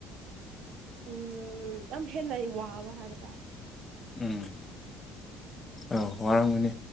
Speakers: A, on the right (about 60°); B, on the left (about 20°).
A: ꯎꯝ ꯌꯥꯝ ꯍꯦꯟꯅ ꯑꯩ ꯋꯥꯕ ꯍꯥꯏꯕ ꯇꯥꯔꯦ
B: ꯎꯝ ꯑ ꯋꯥꯔꯥꯝꯒꯅꯤ